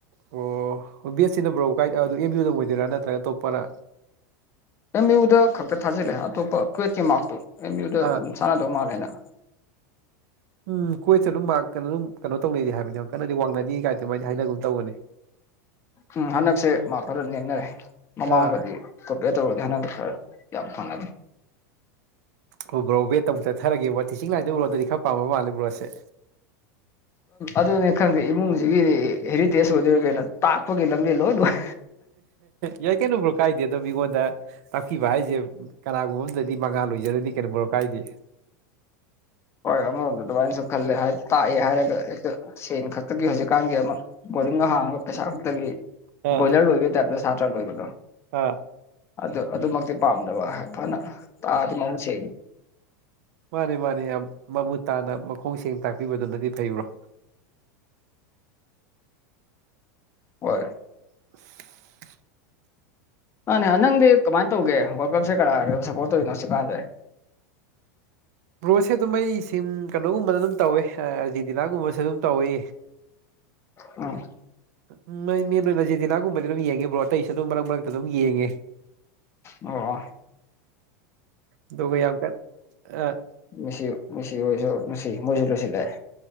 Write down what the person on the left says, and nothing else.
ꯑꯦꯝ ꯌꯨꯗ ꯈꯛꯇ ꯊꯥꯖꯤꯜꯂꯦ ꯑꯇꯣꯞꯄ ꯀ꯭ꯋꯦꯠꯀꯤ ꯃꯥꯔꯛꯇꯣ ꯑꯦꯝ ꯌꯨꯗ
ꯑꯗꯨꯝ ꯆꯥꯟꯅꯗꯧ ꯃꯥꯜꯂꯦꯅ
ꯎꯝ ꯍꯟꯗꯛꯁꯦ ꯃꯥꯛ ꯈꯔ ꯅꯦꯝꯅꯔꯦ ꯃꯃꯥꯡꯒꯗꯤ
ꯀꯣꯝꯄꯤꯌꯥꯔ ꯇꯧꯔꯨꯔꯗꯤ <unintelligible> ꯌꯥꯝ ꯐꯪꯅꯗꯦ
ꯑꯗꯨꯅꯤ ꯈꯪꯗꯦ ꯏꯃꯨꯡꯖꯤꯒꯤꯗꯤ ꯍꯦꯔꯤꯇꯦꯖ ꯑꯣꯏꯗꯣꯏꯔ ꯀꯩꯅꯣ ꯇꯥꯛꯄꯒꯤ ꯂꯝꯕꯤ ꯂꯣꯏ ꯂꯣꯏ
ꯍꯣꯏ ꯑꯃꯔꯣꯝꯗ ꯑꯗꯨꯃꯥꯏꯅꯁꯨ ꯈꯜꯂꯦ ꯍꯥꯏ ꯇꯥꯛꯑꯦ ꯍꯥꯏꯔꯒ ꯍꯦꯛꯇ ꯁꯦꯟ ꯈꯛꯇꯒꯤ ꯍꯧꯖꯤꯛꯀꯥꯟꯒꯤ ꯑꯃ ꯕꯣꯔꯗꯤꯡꯒ ꯍꯥꯡꯉꯒ ꯄꯩꯁꯥ ꯈꯛꯇꯒꯤ
ꯕꯣꯏꯂꯔ ꯂꯣꯏꯕꯒꯤ ꯇꯥꯏꯞꯇ ꯁꯇ꯭ꯔꯥ ꯂꯣꯏꯕꯗꯣ
ꯑꯗꯨ ꯑꯗꯨꯃꯛꯇꯤ ꯄꯥꯝꯗꯕ ꯍꯥꯏ ꯐꯅ ꯇꯥꯗꯤ ꯃꯃꯨꯠ ꯁꯦꯡ
ꯍꯣꯏ
ꯃꯥꯅꯦ ꯅꯪꯗꯤ ꯀꯃꯥꯏꯟ ꯇꯧꯒꯦ ꯋꯥꯔꯜ ꯀꯞꯁꯦ ꯀꯔꯒ ꯁꯞꯄꯣꯔꯠ ꯇꯧꯔꯤꯅꯣ ꯁꯤꯀꯥꯟꯖꯦ
ꯎꯝ
ꯑꯣ
ꯃꯤꯁꯤ ꯃꯤꯁꯤ ꯍꯣꯏꯁꯨ ꯅꯨꯡꯁꯤ ꯃꯣꯏꯁꯨ ꯂꯣꯏꯁꯤꯂꯥꯛꯑꯦ